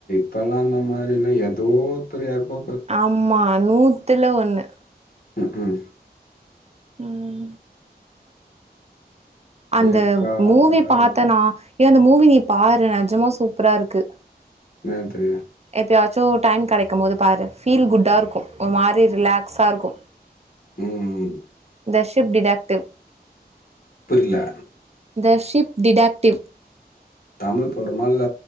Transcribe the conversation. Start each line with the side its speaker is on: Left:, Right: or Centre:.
Left: இப்பலா அந்த மாதிரினா எதோ தெரியாது போ
Right: ஆமா நூத்துல ஒண்ணு
Left: ம் ஹும்
Right: உம்
Left: ஃபேக்கா
Right: அந்த மூவி
Left: நல்லா
Right: பாத்தனா
Left: இருக்கு
Right: ஏ அந்த மூவி நீ பாரு நெஜமா சூப்பரா இருக்கு
Left: என்னது
Right: எப்பயாச்சு டைம் கெடைக்கு போது பாரு ஃபீல் குட்டா இருக்கு ஒரு மாரி ரிலாக்ஸா இருக்கு
Left: ம்
Right: ந்த ஷிப் டீடக்டிவ்
Left: புரில
Right: ந்த ஷிப் டிடாக்டிவ்
Left: தமிழ் படமா இல்ல